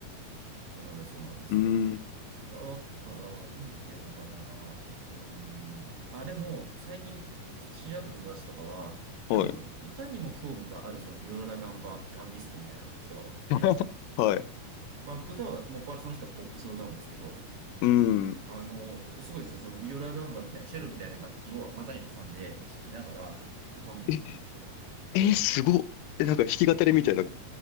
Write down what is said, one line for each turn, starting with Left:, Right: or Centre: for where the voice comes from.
Right: そうなんです、そうなんです。
Left: うーん、
Right: だから、なんていうのかな。うーん。あ、でも、最近知り合った友達とかは、
Left: はい。
Right: なんかその歌にも興味がある、そのビオラダ・ガンバ、ガンビストみたいな人がおって、
Left: <laughs> はい。
Right: まあ、歌は、もっぱらその人はポップスを歌うんですけど、
Left: うん。
Right: あの、すごいですよ。そのビオラ・ガンバみたいな、チェロみたいな楽器を股に挟んで弾きながら歌うんですよ、
Left: え、
Right: その人。
Left: えーすごっ。え、なんか弾き語りみたいな